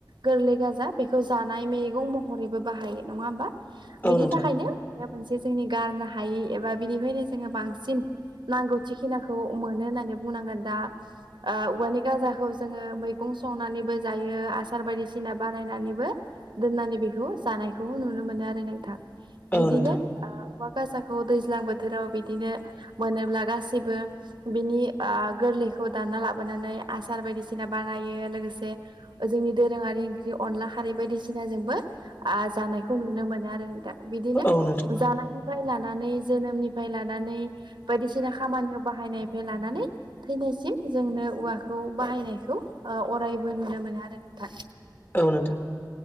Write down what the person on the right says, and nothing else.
गोरलै गाजा बेखौ जानाय मैगं महरैबो बाहायो नङा ओमबा। बेनि
थाखायनो उवाया मोनसे जोंनि गारनो हायै एबा बिनिफ्रायनो जोङो बांसिन नांगौथिखिनाखौ मोनो होननानै बुंनांगोन दा आ उवानि गाजाखौ जोङो मैगं संनानैबो जायो आसार बायदिसिना बानायनानैबो दोननानै बेखौ जानायखौ नुनो मो नो आरो नोंथां बिदिनो
ओ उवा गासाखौ दैज्लां बोथोराव बिदिनो मोनोब्ला गासिबो बिनि ओ गोरलै खौ दानना लाबोनानै आसार बायदिसिना बानायो लोगोसे जोंनि दोरोङारि ओंख्रि अनला खारै बायदिसिना जोंबो ओ जानायखौ नुनो मोनो आरो नोंथा बिदिनो
जानायनि लानानै जोनोमनिफ्राय लानानै बायदिसिना खामानियाव बाहायनायनिफ्राय लानानै थैनायसि म जोंनो औवाखौ बाहायनायखौ अरायबो नुनो मोनो आरो नोंथां।